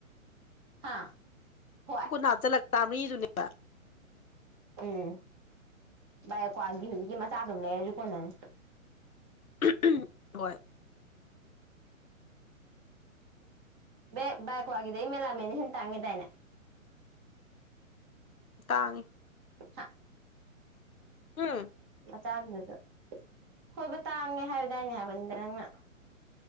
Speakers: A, on the right; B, on the left.
A: ꯍꯥꯥ ꯍꯣꯏ
B: ꯀꯨꯟ ꯍꯥꯞꯆꯤꯜꯂ ꯆꯥꯃ꯭ꯔꯤꯗꯨꯅꯦꯕ
A: ꯎꯝ ꯚꯥꯏ ꯀ꯭ꯋꯥꯒꯤ ꯍꯨꯖꯤꯛꯀꯤ ꯃꯆꯥꯗꯨꯝ ꯂꯩꯔꯖꯨ ꯀꯣꯟꯅꯅꯤ
B: <unintelligible> ꯍꯣꯏ
A: ꯕꯦ ꯚꯥꯏ ꯀ꯭ꯋꯥꯒꯤꯗꯩ ꯃꯦꯂꯥꯃꯦꯟꯅ ꯍꯦꯟ ꯇꯥꯡꯉꯦꯗꯥꯏꯅꯦ
B: ꯇꯥꯡꯉꯦ
A: ꯍꯥ
B: ꯎꯝ
A: ꯃꯆꯥꯗꯨꯗꯁꯨ ꯍꯣꯏꯕ ꯇꯥꯡꯉꯦ ꯍꯥꯏꯕꯗꯥꯏꯅꯦ ꯍꯥꯏꯕꯅꯤꯗ ꯅꯪꯅ